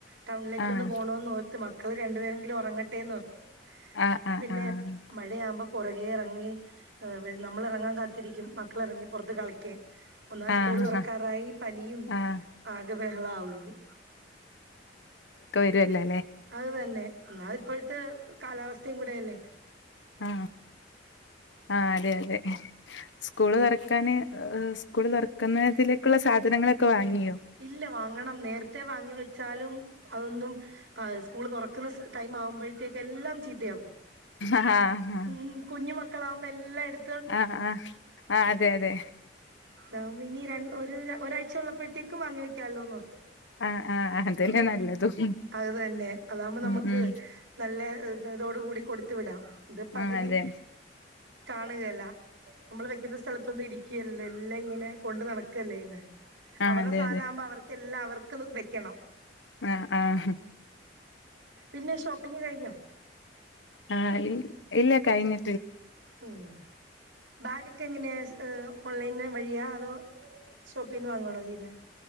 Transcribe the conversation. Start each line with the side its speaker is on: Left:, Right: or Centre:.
Right: ടൗണിലേകക്കൊന്ന്
Left: ആഹ്
Right: പോണോന്ന് ഓർത്ത് മ മക്കള് രണ്ടുപേരെങ്കിലും ഉറങ്ങ ട്ടെന്നോർത്ത്
Left: ആഹ് ആഹ്
Right: പിന്നെ
Left: ആഹ്
Right: വുമ്പോ പുറകെ ഇറങ്ങി വെ നമ്മള് ഇറങ്ങാൻ കാത്തിരിക്കും മക്കള് ഇറങ്ങി പൊറത്ത് കളിക്കാൻ ഒന്നാത്
Left: ആഹ്
Right: സ്കൂള് തുറക്കാറായി
Left: ആഹ് ആഹ്
Right: പനിയും
Left: ആഹ്
Right: ആകെ ബഹളാവുംന്
Left: അല്ലെ
Right: അത് തന്നെ എന്നാൽ ഇപ്പോഴത്തെ കാലാവസ്ഥ സ്ഥക്കൂടല്ലേ
Left: ആ ആ അതെ അതെ സ്കൂള് തുറക്ക ക്കാന് സ്കൂള് തൊ റക്കുന്നതിലേക്കുള്ള സാധനങ്ങളൊക്കെ വാങ്ങി
Right: ഇല്ല വാങ്ങണം നേരത്തെ വാങ്ങി വെച്ചാലും അതൊന്നും ആ സ്കൂള് തൊറക്കുന്ന ടൈം ആകുമ്പോഴേക്കും എല്ലാം ചീത്തയാക്കും
Left: ആഹ് ആഹ്
Right: ഉം കുഞ്ഞു മക്കളാ മെല്ലാം എടുത്ത്
Left: ആ ആ ആ അതെ അതെ
Right: ഹലോ ഇനി രണ്ട ഒരു ഒരാഴ്ച്ച ച്ച യുള്ളപ്പത്തെ ക്ക് വാങ്ങി വക്കാല്ലോന്നോറ്ത്ത്
Left: ആഹ് ആഹ് അതന്നെ
Right: ഉം
Left: നല്ലതും
Right: അതന്നെ അതാകുമ്പോ നമുക്ക്
Left: ഉം ഉം
Right: നല്ലെ തോട് കൂടി കൊടുത്തു വിടാം ഇത് പകതി
Left: ആഹ് അതെ
Right: കാണുകേല്ല നമ്മള് വെക്കുന്ന സ്ഥലത്തൊന്നും ഇരിക്കേലല്ലോ എല്ലാം ഇങ്ങനെ കൊണ്ട് നടക്കല്ലേ ചെയ്യുന്നേ
Left: ആഹ്
Right: അവരടെ
Left: അതെ
Right: സാധനം ആകുമ്പോ അവർക്കെല്ലാം അവർക്ക് ക്കത് വെക്കണം
Left: ആ ആഹ്
Right: പിന്നെ ഷോപ്പിംഗ് കഴിഞ്ഞോ
Left: ആഹ് ഇ ഇല്ല കഴിഞ്ഞി
Right: ഉം ബാഗക്കെഎങ്ങനെയാ ഓൺലൈന് വഴിയാ അതോ ഷോപ്പിന്ന് വാങ്ങുവാണോ ചെയ്യുന്നേ